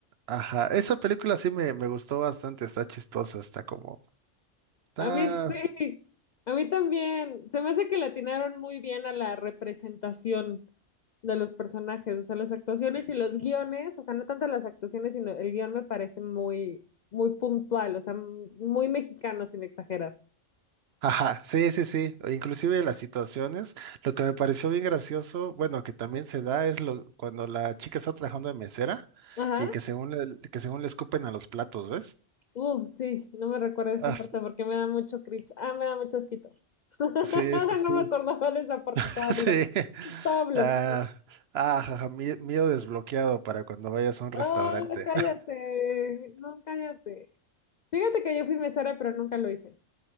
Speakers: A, on the right; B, on the left.
A: ajá. Esa película sí me, me gustó bastante, está chistosa, está como... Está...
B: A mí sí, a mí también. Se me hace que le atinaron muy bien a la representación de los personajes, o sea, las actuaciones y los guiones, o sea, no tanto las actuaciones, sino el guión me parece muy, muy puntual, o sea, muy mexicano sin exagerar.
A: Ajá, sí, sí, sí. o Inclusive las situaciones. Lo que me pareció bien gracioso, bueno, que también se da es lo, cuando la chica está trabajando de mesera
B: Ajá.
A: y que según le, que según le escupen a los platos, ¿ves?
B: Uh, sí, no me recuerdo esa
A: Ah,
B: parte porque me da mucho cringe. Ah, me da mucho asquito. <laughs>
A: sí, sí, sí.
B: No me acordaba
A: <laughs>
B: de esa parte, estaba bloqueada.
A: Sí.
B: Estaba bloqueada.
A: Ah, ah, jaja, mie- miedo desbloqueado para cuando vayas a un restaurante.
B: Ah, cállate. No, cállate. Fíjate que yo fui mesera, pero nunca lo hice.